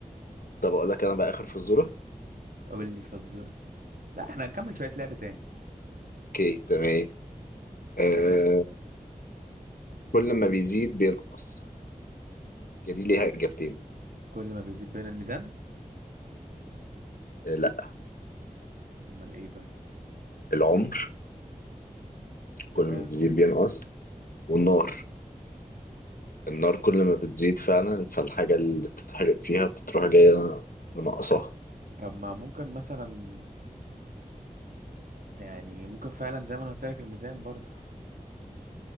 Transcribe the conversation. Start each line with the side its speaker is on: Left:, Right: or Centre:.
Left: طب أقول لك أنا بقى آخر فزورة
Right: قول لي فزول لا احنا هنكمل شوية لعبة تاني
Left: أوكي تمام آه
Right: تمام
Left: كل ما بيزيد بينقص هي دي ليها إجابتين
Right: كل ما بيزيد بين الميزان
Left: آه، لا
Right: امال ايه طيب
Left: العمر كل
Right: تمام
Left: ما بيزيد بينقص والنار النار كل ما بتزيد فعلا فالحاجة اللي بتتحرق فيها بتروح جاية منقصاها
Right: طب ما ممكن مثلا يعني ممكن فعلا زي ما انا قلت لك الميزان برضه